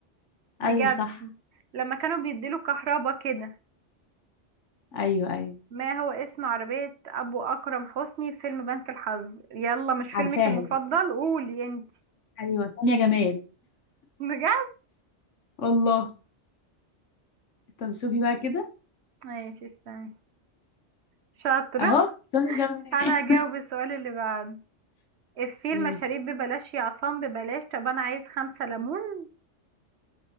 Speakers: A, on the right; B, on the left.
A: بجد
B: أيوه صح
A: لما كانوا بيديله كهربا كده
B: أيوه أيوه
A: ما هو اسم عربيه ابو اكرم حسني في فيلم بنك الحظ يلا مش فيلمك
B: عارفاها
A: المفضل
B: دي
A: قولي انت
B: أيوه سامية جمال
A: بجد
B: والله طب شوفي بقى كده
A: ماشي استني شاطره
B: أهو سامية جمال
A: انا هجاوب السؤال اللي بعده الفيل
B: ماشي
A: مشاريب ببلاش يا عصام ببلاش طب انا عايز خمسة ليمون